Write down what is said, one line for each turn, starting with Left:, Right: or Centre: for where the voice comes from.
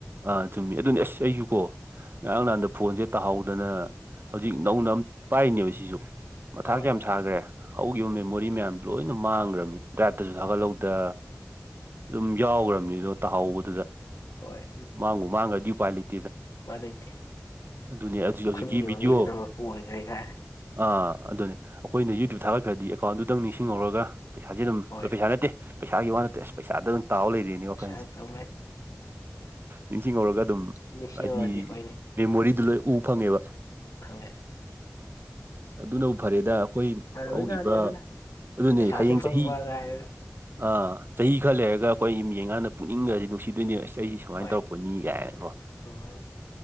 Right: ꯑꯥ ꯆꯨꯝꯃꯤ ꯑꯗꯨꯅꯦ ꯑꯁ ꯑꯩꯁꯨꯨꯀꯣ ꯉꯔꯥꯡ ꯅꯍꯥꯟꯗ ꯐꯣꯟꯁꯦ ꯇꯥꯍꯧꯗꯅ ꯍꯧꯖꯤꯛ ꯅꯧꯅ ꯑꯃ ꯄꯥꯏꯔꯤꯅꯦꯕ ꯁꯤꯁꯨ ꯃꯊꯥ
Left: ꯍꯣꯏ
Right: ꯀꯌꯥꯝ ꯁꯥꯈ꯭ꯔꯦ ꯍꯧꯈꯤꯕ ꯃꯦꯃꯣꯔꯤ ꯃꯌꯥꯝꯗꯣ ꯂꯣꯏꯅ ꯃꯥꯡꯒ꯭ꯔꯕꯅꯤ ꯗ꯭ꯔꯥꯏꯞꯇꯁꯨ ꯊꯥꯒꯠꯍꯧꯗ ꯑꯗꯨꯝ ꯌꯥꯎꯒ꯭ꯔꯕꯅꯤꯗꯣ ꯇꯥꯍꯧꯕꯗꯨꯗ
Left: ꯍꯣꯏ
Right: ꯃꯥꯡꯕꯨ ꯃꯥꯡꯒ꯭ꯔꯗꯤ ꯎꯄꯥꯏ ꯂꯩꯇꯦ
Left: ꯎꯄꯥꯏ ꯂꯩꯇꯦ
Right: ꯑꯗꯨꯅꯦ ꯑꯗꯨꯗꯒꯤꯗꯤ
Left: ꯈꯨꯟꯒꯤ
Right: ꯚꯤꯗꯤꯑꯣ
Left: ꯃꯃꯤꯗꯨꯅ ꯃꯄꯨ ꯑꯣꯏꯈ꯭ꯔꯦ ꯀꯥꯏ
Right: ꯑꯥ ꯑꯗꯨꯅꯦ ꯑꯩꯈꯣꯏꯅ ꯌꯨꯇ꯭ꯌꯨꯕ ꯊꯥꯒꯠꯈ꯭ꯔꯗꯤ ꯑꯦꯀꯥꯎꯟꯗꯨꯇꯪ ꯅꯤꯡꯁꯤꯡꯍꯧꯔꯒ ꯄꯩꯁꯥꯁꯦ ꯑꯗꯨꯝ
Left: ꯍꯣꯏ
Right: ꯄꯩꯁꯥ ꯅꯠꯇꯦ ꯄꯩꯁꯥꯒꯤ ꯋꯥ ꯅꯠꯇꯦ ꯑꯁ ꯄꯩꯁꯥꯗ ꯑꯗꯨꯝ ꯇꯥꯎ ꯂꯩꯔꯦꯅꯦ ꯋꯥꯈꯜꯁꯦ
Left: ꯁꯥ ꯇꯧ ꯂꯩ
Right: ꯅꯤꯡꯁꯤꯡꯍꯧꯔꯒ ꯑꯗꯨꯝ
Left: ꯂꯤꯁꯤꯡ
Right: ꯍꯥꯏꯗꯤ
Left: ꯑꯣꯏꯔꯗꯤ ꯍꯣꯏꯅꯦ
Right: ꯃꯦꯃꯣꯔꯤꯗꯨ ꯂꯣꯏ ꯎꯕ ꯐꯪꯉꯦꯕ
Left: ꯐꯪꯉꯦ
Right: ꯑꯁ ꯑꯗꯨꯅꯕꯨ ꯐꯔꯦꯗ ꯑꯩꯈꯣꯏ
Left: ꯐꯔꯕꯖꯥꯠꯅꯤ
Right: ꯍꯧꯈꯤꯕ
Left: ꯑꯗꯨꯅ
Right: ꯑꯗꯨꯅꯦ
Left: ꯄꯩꯁꯥꯁꯨ
Right: ꯍꯌꯦꯡ
Left: ꯐꯪꯕ
Right: ꯆꯍꯤ
Left: ꯀꯥꯏꯔꯒ
Right: ꯑꯥ ꯆꯍꯤ ꯈꯔ ꯂꯩꯔꯒ ꯑꯩꯈꯣꯏ ꯃꯤ ꯌꯦꯡꯀꯥꯟꯗ ꯄꯨꯛꯅꯤꯡꯒꯁꯦ ꯅꯨꯡꯁꯤꯗꯨꯏꯅꯦ ꯑꯁ ꯑꯩꯁꯤ ꯁꯨꯃꯥꯏꯅ
Left: ꯍꯣꯏ
Right: ꯇꯧꯔꯛꯄꯅꯤ ꯀꯥꯏꯅꯀꯣ
Left: ꯎꯝ